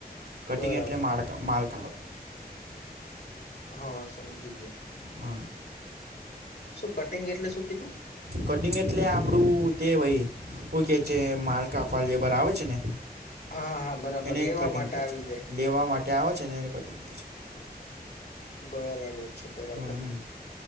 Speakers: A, on the right; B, on the left.
A: કટિંગ
B: બરાબર
A: એટલે માડ માડ
B: હા, સમજી ગયા.
A: હા
B: શું કટિંગ એટલે શું કીધું
A: કટિંગ એટલે આપડું તે ભઈ હુઈ કે છે માલ કાપવા લેબર આવે છે ને
B: હા હા બરાબર
A: એને
B: લેવા
A: કટિંગ
B: માટે
A: કે
B: આવી
A: છે.
B: જાય
A: લેવા માટે આવે છે એ કટિંગ કે છે.
B: બરાબર છે બરાબર
A: હમ